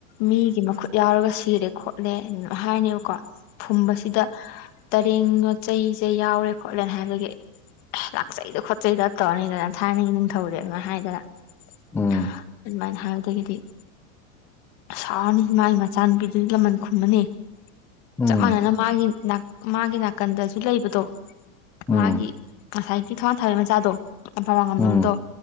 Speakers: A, on the left (about 40°); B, in the centre.
A: ꯃꯤꯒꯤ ꯃꯈꯨꯠ ꯌꯥꯎꯔꯒ ꯁꯤꯔꯦ ꯈꯣꯠꯂꯦ ꯑ ꯍꯥꯏꯔꯅꯤꯕꯀꯣ ꯐꯨꯝꯕꯁꯤꯗ ꯇꯔꯦꯡ ꯌꯣꯠꯆꯩꯁꯦ ꯌꯥꯎꯔꯦ ꯈꯣꯠꯂꯦꯅ ꯍꯥꯏꯕꯒꯤ ꯂꯥꯛꯆꯩꯗ ꯈꯣꯠꯆꯩꯗ ꯇꯧꯔꯅꯤꯗꯅ ꯊꯥꯏꯅꯒꯤ ꯅꯤꯡꯊꯧꯗꯤ ꯑꯗꯨꯃꯥꯏ ꯍꯥꯏꯗꯅ
B: ꯎꯝ
A: ꯑꯗꯨꯃꯥꯏ ꯍꯥꯏꯕꯗꯒꯤꯗꯤ ꯁꯥꯎꯔꯅꯤ ꯃꯥꯒꯤ ꯃꯆꯥꯅꯨꯄꯤꯗꯨꯒꯤ ꯂꯃꯟ ꯈꯨꯝꯃꯅꯤ
B: ꯎꯝ ꯎꯝ
A: ꯆꯞ ꯃꯥꯟꯅꯅ ꯃꯥꯒꯤ ꯅꯥ ꯃꯥꯒꯤ ꯅꯥꯀꯟꯗꯁꯨ ꯂꯩꯕꯗꯣ
B: ꯎꯝ
A: ꯃꯥꯒꯤ ꯉꯁꯥꯏꯒꯤ ꯊꯋꯥꯏ ꯊꯥꯕꯒꯤ ꯃꯆꯥꯗꯣ ꯇꯝꯐ ꯋꯥꯡꯉꯝꯂꯣꯟꯗꯣ
B: ꯎꯝ